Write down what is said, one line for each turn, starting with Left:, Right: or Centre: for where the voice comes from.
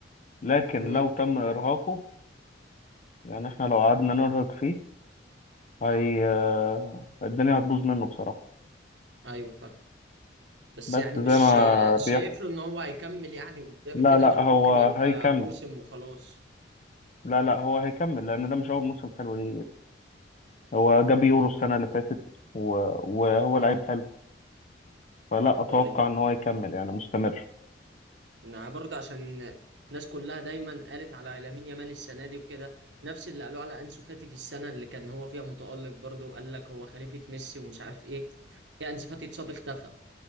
Left: لكن
Right: امم
Left: لو تم ارهاقه يعني احنا لو قعدنا نرهق فيه هي
Right: اه
Left: آه، الدنيا هتبوظ منه بصراحة
Right: ايوه فاهم بس
Left: بس
Right: يعني
Left: زي
Right: مش
Left: ما بيحصل
Right: شايف له ان هو هيكمل يعني قدام
Left: لا
Right: كده
Left: لا
Right: ولا
Left: هو
Right: ممكن يبقى
Left: هيكمل
Right: موسم وخلاص
Left: لا لا هو هيكمل لان ده مش اول موسم حلو دي هو جاب يورو
Right: امم
Left: السنة اللي فاتت و- وهو
Right: امم
Left: لعيب حلو فلا اتوقع
Right: طيب
Left: ان هو يكمل يعني مستمر
Right: يعني برضه عشان الناس كلها دايما قالت على لامين يامال السنه دي وكده نفس اللي قالوه على انسو فاتي في السنه اللي كان هو فيها متالق برضه وقال لك هو خليفه ميسي ومش عارف ايه يا انسو فاتي اتصاب اختفى